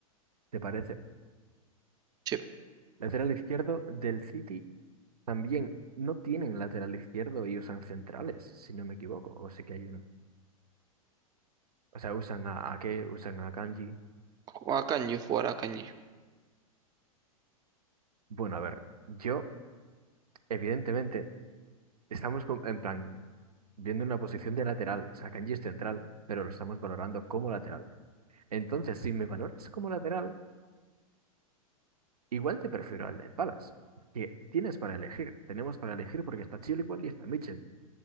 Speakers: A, on the right; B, on the right.
A: ¿te parece?
B: Sí,
A: Lateral izquierdo del City también no tienen lateral izquierdo y usan centrales, si no me equivoco, o sí que hay uno. O sea, usan a, a qué, usan a Kanji.
B: o a Kanji, jugar a Kanji.
A: Bueno, a ver, yo, evidentemente, estamos con- en plan. viendo una posición de lateral. O sea, Kanji es central, pero lo estamos valorando como lateral. Entonces, si me valoras como lateral, igual te prefiero al del Palace, que tienes para elegir. Tenemos para elegir porque está Chilwell y está Mitchell.